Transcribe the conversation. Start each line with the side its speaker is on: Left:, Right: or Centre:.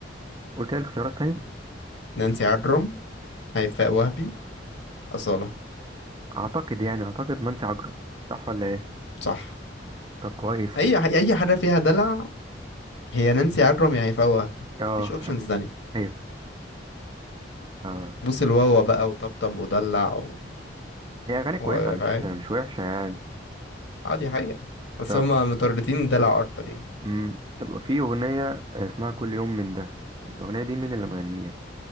Right: قول كده الاختيارات تاني
Left: نانسي عجرم هيفاء وهبي أصالة
Right: أعتقد يعني أعتقد منسي عجرم صح ولا ايه
Left: صح
Right: طب كويس
Left: أي أي حاجة فيها دلع هي نانسي عجرم يا هيفاء وهبي
Right: اه
Left: مفيش أوبشنز تانية
Right: ايوه اه
Left: بوس الواوا بقى وطبطب ودلع و...
Right: هي أغاني كويسة
Left: وفاهم
Right: مش مش وحشة يعني
Left: عادي حقيقة بس
Right: طب
Left: هما مترددين دلع أكتر يعني
Right: امم طب في اغنيه آه، اسمها كل يوم من ده الاغنيه دي مين اللي مغنيها